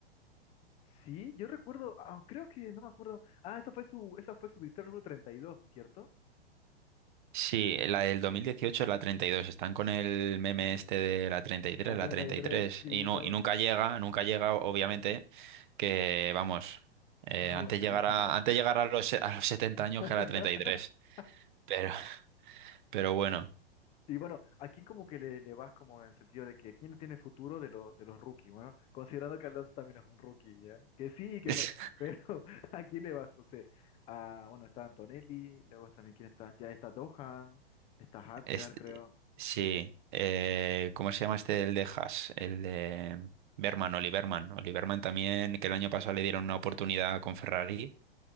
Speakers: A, on the left; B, on the right.
A: sí, yo recuerdo, ah, creo que, no me acuerdo. Ah, esa fue su, esa fue su victoria número 32, ¿cierto?
B: Sí, la del 2018 es la 32. Están con el meme este de la 33,
A: La
B: la
A: 33,
B: 33.
A: sí,
B: Y, tres. Y, no,
A: no.
B: y nunca llega, nunca llega, obviamente, que vamos, eh,
A: Wow,
B: antes
A: sería
B: llegar
A: genial.
B: a, antes llegar a los, se- a los 70
A: <laughs>
B: años que a la 33. Pero, pero bueno.
A: Y bueno, ¿a quién como que le, le vas como en el sentido de que quién no tiene futuro de, lo- de los rookies? Bueno, considerando que Alonso también es un rookie, ¿ya? Que sí y que
B: <laughs>
A: no, pero <laughs> ¿a quién le vas? No sé, a, bueno, está Antonelli, luego también quién está, ya está Dohan, está Hadjar,
B: Es-
A: creo.
B: sí. eh, ¿cómo se llama este el de Haas? El de Berman, Oli Berman. Oli también, que el año pasado le dieron una oportunidad con Ferrari